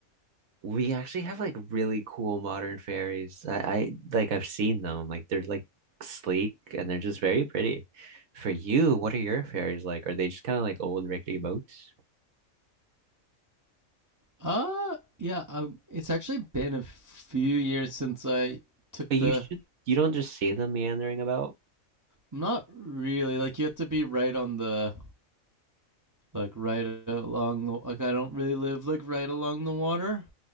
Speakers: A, on the right (about 85°); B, on the right (about 25°).
A: We actually have like really cool modern fairies. I, I like I've seen them. Like they're like sleek and they're just very pretty. For you, what are your fairies like? Are they just kind of like old rickety boats?
B: Uh, yeah. Um, it's actually been a few years since I took
A: But
B: the.
A: you should you don't just see them meandering about.
B: Not really. Like you have to be right on the, like right along the. Like I don't really live like right along the water.